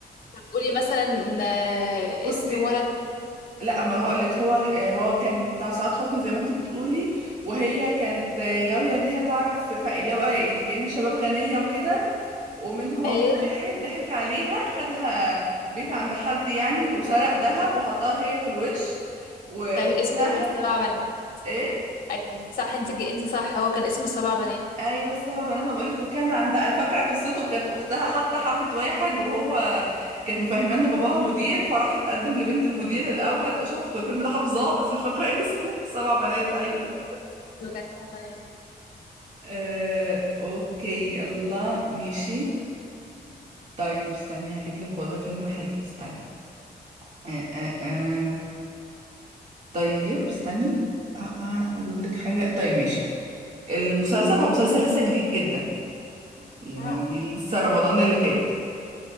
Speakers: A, on the left; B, on the right.
A: طب قولي مثلا آه
B: بصي
A: اسم ولد
B: لا اما هقول لك هو هو كان بتاع سعاد حسني زي ما انتي بتقولي وهي كانت غاوية ان هي تعرف فقير اللي هو بقى يعني كأن شباب غنية وكده ومنهم
A: ايوه
B: واحد ضحك عليها خدها بيت عند حد يعني وسرق ذهب وحطها هي في الوش واختها
A: كان اسمه سبع بنات
B: ايه
A: ايوه صح انت انت صح هو كان اسمه السبع بنات
B: ايوه السبع بنات ما بقولك وكان عندها انا فاكره قصته كانت اختها حتى حبت واحد وهو كانت مفهمه ان باباها مدير فراحت تقدم لبنت المدير الاول شفته الفيلم ده حافظاه
A: ايوه
B: بس مش فاكره اسمه <laughs> سبع بنات ايوه
A: كان سبع بنات
B: آه، اوكي يلا ماشي طيب استني هجيب لك والله فيلم حلو استني آه آه آه. طيب استني أ- أ- اجيب لك حاجة طيب ماشي المسلسل هو مسلسل لسه جديد جدا يعني
A: اه
B: لسه رمضان اللي فات